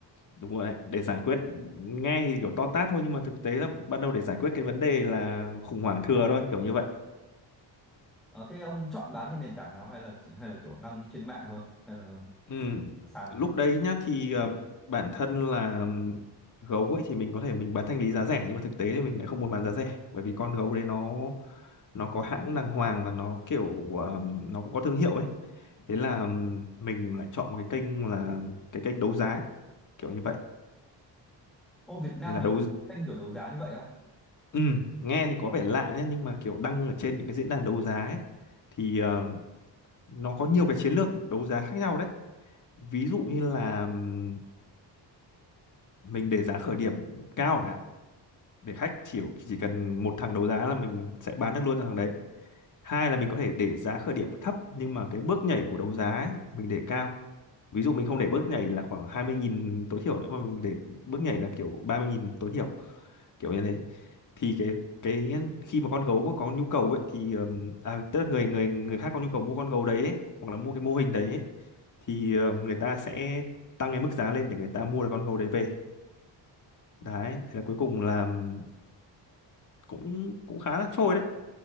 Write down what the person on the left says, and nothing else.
đúng rồi đấy để giải quyết nghe thì kiểu to tát thôi nhưng mà thực tế là ban đầu để giải quyết cái vấn đề là khủng hoảng thừa thôi kiểu như vậy
ừ.
lúc đấy nhá thì ờ, bản thân là ừm, gấu ấy thì mình có thể mình bán thanh lý giá rẻ nhưng mà thực tế thì mình lại không muốn bán giá rẻ bởi vì con gấu đấy nó nó có hãng đàng hoàng và nó kiểu ờm, nó cũng có thương hiệu ấy thế là mình lại chọn một cái kênh là cái kênh đấu giá kiểu như vậy
là
đấu
ừ, nghe thì có vẻ lạ nhé nhưng mà kiểu đăng ở trên những cái diễn đàn đấu giá ấy, thì ờ, nó có nhiều cái chiến lược đấu giá khác nhau đấy ví dụ như là ừm, mình để giá khởi điểm cao chẳng hạn để khách chỉ chỉ cần một thằng đấu giá là mình sẽ bán được luôn cho thằng đấy hai là mình có thể để giá khởi điểm thấp nhưng mà cái bước nhảy của đấu giá ấy, mình để cao ví dụ mình không để bước nhảy là khoảng 20 nghìn tối thiểu nữa mà mình để bước nhảy là kiểu 30 nghìn tối thiểu kiểu như thế thì cái cái khi mà con gấu mà có nhu cầu ấy thì ừm, à, tức là người người người khác có nhu cầu mua con gấu đấy ấy, hoặc là mua cái mô hình đấy ấy, thì ừm, người ta sẽ tăng cái mức giá lên để người ta mua được con gấu đấy về đấy thế là cuối cùng là ừm, cũng cũng khá là trôi đấy